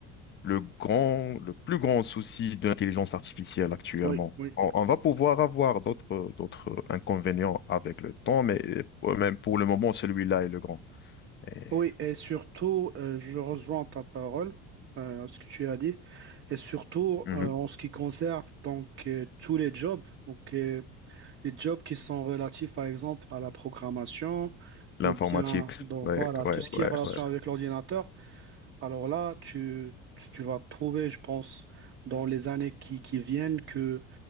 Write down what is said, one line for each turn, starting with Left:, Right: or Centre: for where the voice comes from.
Left: le grand, le plus grand souci de l'intelligence artificielle actuellement.
Right: oui, oui.
Left: On, on va pouvoir avoir d'autres, d'autres inconvénients avec le temps, mais pour- même pour le moment, celui-là est le grand. Et,
Right: Oui, et surtout, euh, je rejoins ta parole, euh, ce que tu as dit, et surtout
Left: mhm,
Right: euh, en ce qui concerne donc euh, tous les jobs. Donc, euh, les jobs qui sont relatifs, par exemple, à la programmation
Left: L'informatique,
Right: ou bien, donc
Left: ouais,
Right: voilà,
Left: ouais,
Right: tout ce qui
Left: ouais,
Right: est relation
Left: ouais.
Right: avec l'ordinateur. Alors là, tu, tu, tu vas trouver, je pense, dans les années qui, qui viennent, que